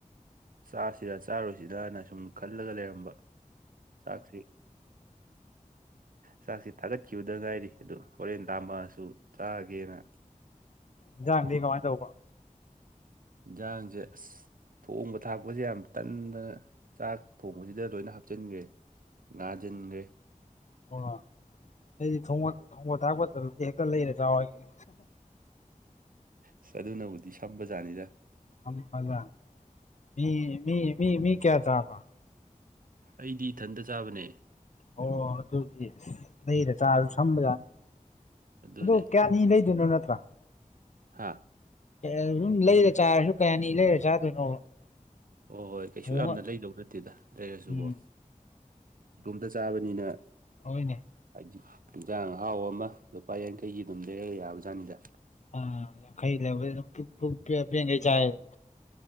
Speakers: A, on the right (about 80°); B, on the left (about 55°).
A: ꯆꯥꯁꯤꯔ ꯆꯥꯔ‌ꯣꯏꯁꯤꯔꯅ ꯁꯨꯝ ꯈꯜꯂꯒ ꯂꯩꯔꯝꯕ ꯆꯥꯛꯁꯤ ꯆꯥꯛꯁꯤ ꯊꯥꯒꯠ ꯀ꯭ꯌꯨꯗ ꯉꯥꯏꯔꯤ ꯑꯗꯨ ꯍꯣꯔꯦꯟ ꯂꯥꯝꯃꯛꯑꯁꯨ ꯆꯥꯒꯦꯅ
B: ꯏꯟꯁꯥꯡꯗꯤ ꯀꯃꯥꯏꯟ ꯇꯧꯕ
A: ꯏꯟꯖꯥꯡꯁꯦ ꯑꯁ ꯊꯣꯡꯕ ꯊꯥꯛꯄꯁꯦ ꯌꯥꯝ ꯇꯟꯗꯅ ꯆꯥꯛ ꯊꯣꯡꯕꯁꯤꯗ ꯂꯣꯏꯅ ꯍꯥꯞꯆꯤꯟꯈ꯭ꯔꯦ ꯉꯥꯟꯁꯤꯟꯈ꯭ꯔꯦ
B: ꯑꯣ ꯑꯩꯗꯤ ꯊꯣꯡꯕ‌ꯣꯠ ꯊꯣꯡꯕ ꯊꯥꯛꯄ ꯇꯧꯔꯗꯤ ꯍꯦꯛꯇ ꯂꯩꯔ ꯆꯥꯎ ꯍꯥꯏꯖꯤꯟ
A: ꯑꯁ ꯑꯗꯨꯅꯕꯨꯗꯤ ꯁꯝꯕ ꯖꯥꯠꯅꯤꯗ
B: ꯐꯝꯃꯒ ꯃꯤ ꯃꯤ ꯃꯤ ꯃꯤ ꯀꯌꯥ ꯆꯥꯕꯅ‌ꯣ
A: ꯑꯩꯗꯤ ꯏꯊꯟꯇ ꯆꯥꯕꯅꯦ
B: ꯑꯣ ꯑꯗꯨꯗꯤ ꯂꯩꯔꯦ ꯆꯥꯁꯨ ꯁꯝꯕꯖꯥꯠꯅꯤ
A: ꯑꯗꯨꯅꯦ
B: ꯑꯗꯣ ꯀꯌꯥꯅꯤ ꯂꯩꯗꯨꯏꯅꫭ ꯅꯠꯇ꯭ꯔ
A: ꯍꯥꯥ
B: ꯑꯗꯨꯝ ꯂꯩꯔ ꯆꯥꯔꯁꯨ ꯀꯌꯥꯅꯤ ꯂꯩꯔ ꯆꯥꯗꯣꯏꯅꯣꯕ
A: ꯍꯣꯏ ꯍꯣꯏ ꯀꯩꯁꯨ
B: ꯊꯣꯡꯉ
A: ꯌꯥꯝꯅ ꯂꯩꯗꯧ ꯅꯠꯇꯦꯗ ꯂꯩꯔꯁꯨꯀꯣ
B: ꯎꯝ
A: ꯏꯗꯣꯝꯇ ꯆꯥꯕꯅꯤꯅ
B: ꯍꫭꯏꯅꯦ
A: ꯍꯥꯏꯗꯤ ꯌꯦꯟꯖꯥꯡ ꯑꯍꯥꯎ ꯑꯃ ꯂꯨꯄꯥ ꯌꯥꯡꯈꯩꯒꯤ ꯑꯗꯨꯝ ꯂꯩꯔꯒ ꯌꯥꯕ ꯖꯥꯠꯅꯤꯗ
B: ꯑ ꯌꯥꯡꯈꯩ ꯂꯩꯕꯗ ꯑꯗꯨꯝ ꯄꯨꯛ ꯄꯨꯛ ꯄꯦꯟ ꯄꯦꯟꯈꯥꯏ ꯆꯥꯏꯗꯨꯅꯦ